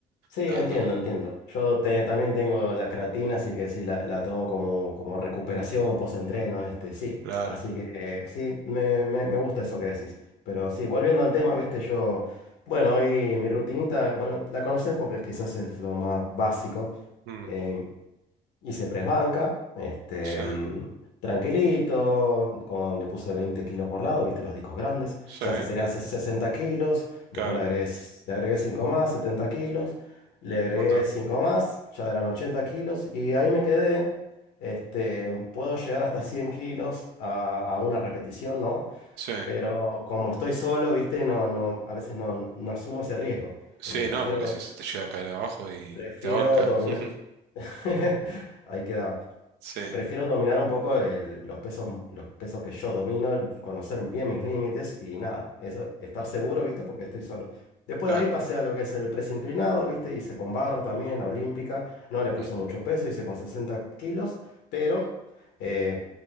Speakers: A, on the left; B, on the right.
A: sí,
B: me va
A: entiendo,
B: dando...
A: entiendo. Yo te- también tengo la creatina, así que sí, la, la tomo como, como recuperación, post-entreno, este, sí.
B: Claro.
A: Así que eh, sí, me, me, me gusta eso que decís. Pero sí, volviendo al tema, ¿viste? Yo, bueno, hoy mi rutinita, bueno, la conoces porque quizás es lo más básico.
B: Mm,
A: Eh, Hice press banca, este,
B: sí,
A: mm, tranquilito, con, le puse 20 kilos por lado, viste los discos grandes,
B: sí,
A: o sea, se- serían ses- 60 kilos, después
B: claro,
A: le agregué, s- le agregué 5 más, 70 kilos, le agregué
B: un montón.
A: 5 más, ya eran 80 kilos, y ahí me quedé, este, puedo llegar hasta 100 kilos a, a una repetición, ¿no?
B: Sí,
A: Pero como estoy solo, viste, no, no, a veces no, no asumo ese riesgo,
B: sí,
A: eh, prefiero,
B: no, porque si se te llega a caer abajo y
A: prefiero
B: te ahorca.
A: dominar,
B: <laughs>
A: <laughs> ahí quedaba.
B: Sí,
A: Prefiero dominar un poco el- los pesos, los pesos que yo domino, el conocer bien mis límites y nada, eso, estar seguro, ¿viste? Porque estoy solo. Después
B: claro.
A: de ahí pasé a lo que es el press inclinado, ¿viste? Hice con barra también, la olímpica, no le puse
B: ujú.
A: mucho peso, hice con 60 kilos, pero eh,